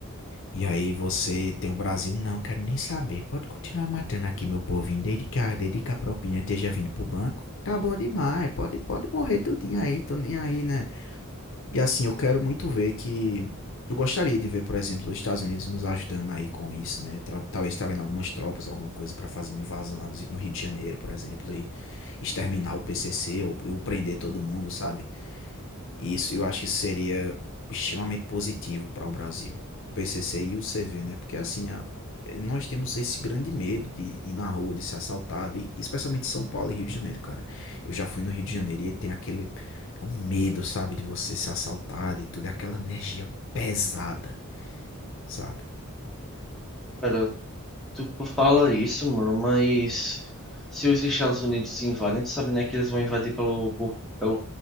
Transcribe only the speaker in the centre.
Cara, Tu fala isso, mano, mas se os Estados Unidos invadem, tu sabe, né, que eles vão invadir pelo, por, pelo